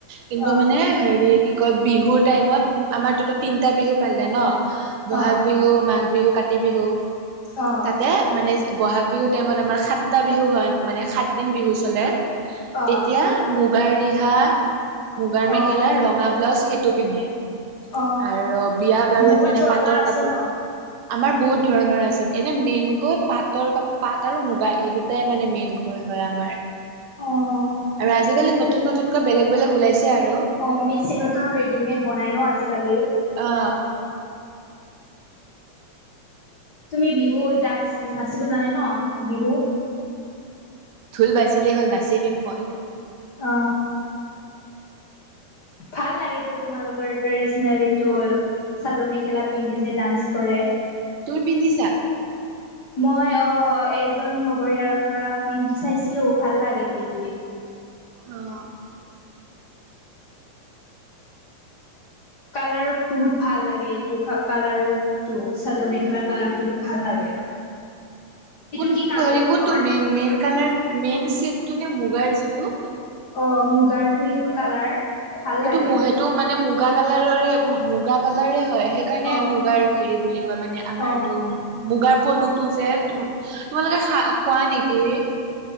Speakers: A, on the right; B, on the left.
A: কিন্তু
B: অ
A: মানে হেৰি কি কয় বিহুৰ টাইমত আমাৰতো তিনটা বিহু পালে ন বহাগ
B: অ
A: বিহু মাঘ বিহু কাতি বিহু
B: অ
A: তাতে মানে বহাগ বিহুৰ টাইমত আমাৰ সাতটা বিহু হয় মানে সাতদিন বিহু চলে।
B: অ
A: এতিয়া মুগাৰ ৰিহা মুগাৰ
B: অ
A: মেখেলা ৰঙা ব্লাউজ খে টো পিন্ধে
B: অ
A: আৰু বিয়া বাৰুত
B: বহুত
A: মানে
B: ধৰণৰ
A: পাটৰ
B: আছে
A: কাপোৰ
B: ন
A: <inaudible> আমাৰ বহুত ধৰণৰ আছে এনে মেইনকৈয় পাত পাট আৰু মুগা এই দুটাই মানে মেইনকৈ হয় আমাৰ
B: অ
A: আৰু আজিকালি নতুন নতুনকৈ বেলেগ বেলেগ ওলাইছে আৰু
B: অ মেচিনতো ৰেডিমেড বনাই ন আজিকালি
A: অহ <inaudible>
B: তুমি বিহু ডান্স নাচিব জানে ন বিহু
A: ঢোল বাজিলেই হ'ল নাচি দিম মই
B: অ ভাল লাগে তোমালোকৰ ট্ৰেডিচনেলটো চাদৰ মেখেলা পিন্ধি যে ডান্স কৰে
A: তোৰ পিন্ধিছা
B: <unintelligible> মই অ এজন লগৰীয়াৰ পৰা পিন্ধি চাইছিলোঁ ভাল লাগে পিন্ধি
A: অহ
B: কালাৰ বহুত ভাল লাগে এইটো কালাৰটো চাদৰ মেখেলা কালাৰটো ভাল লাগে <unintelligible>
A: কোন
B: কি কালাৰ
A: হেৰি কোনটো
B: কয়
A: মেইন-মেইন কালাৰ মেইন চেটটো যে মুগাৰ যিটো,
B: অ' মুগাৰটো এইটো কালাৰ। ভাল
A: সেইটো-সেইটো
B: লাগে
A: মানে মুগা কালাৰৰে মুগা কালাৰে হয়। সেইকাৰণে
B: অ
A: মুগাৰ হেৰি বুলি কয় মানে আমাৰ
B: অ
A: এইটো মুগাৰ পলুত, তো যে তুম তোমালোকে খা খোৱা নেকি